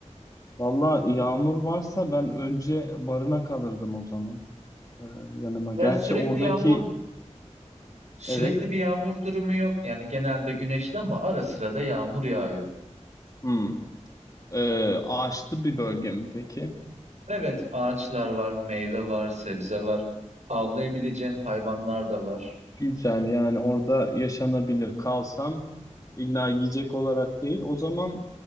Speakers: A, on the left (about 30°); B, on the right (about 70°).
A: Valla yağmur varsa ben önce barına kalırdım o zaman. Ee, yanıma. Gerçi
B: Ya sürekli
A: oradaki
B: yağmur, sürekli
A: evet.
B: bir yağmur durumu yok. Yani genelde güneşli ama ara sıra da yağmur yağıyor.
A: Hı. Ee, ağaçlı bir bölge mi peki?
B: Evet, ağaçlar var, meyve var, sebze var. Avlayabileceğin hayvanlar da var.
A: Güzel yani orada yaşanabilir. Kalsam illa yiyecek olarak değil. O zaman